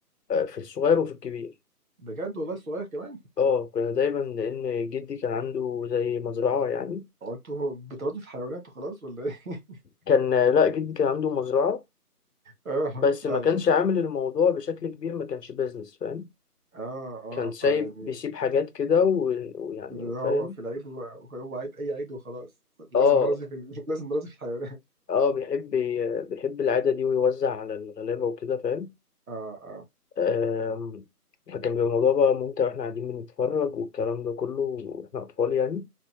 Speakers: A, on the left; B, on the right.
A: آه، في الصغير وفي الكبير
B: بجد والله الصغير كمان
A: اه كنا دايما لان جدي كان عنده
B: آه.
A: زي مزرعه يعني
B: هو انتوا بترازوا في الحيوانات وخلاص ولا ايه؟ <laughs>
A: كان آه، لا جدي كان عنده مزرعه
B: اه
A: بس
B: يعني
A: ما كانش عامل الموضوع بشكل كبير ما كانش بيزنس فاهم
B: اه اه
A: كان سايب
B: فيعني
A: بيسيب حاجات كده و- ويعني
B: هو
A: فاهم
B: في العيد هو هو عيد اي عيد وخلاص لازم
A: اه
B: نرازي في ال- <laughs> لازم نرازي في الحيوانات
A: اه بيحب بيحب العادة دي ويوزع على الغلابة وكده فاهم
B: اه اه
A: آم، فكان بيبقى الموضوع بقى ممتع واحنا قاعدين بنتفرج والكلام ده كله واحنا أطفال يعني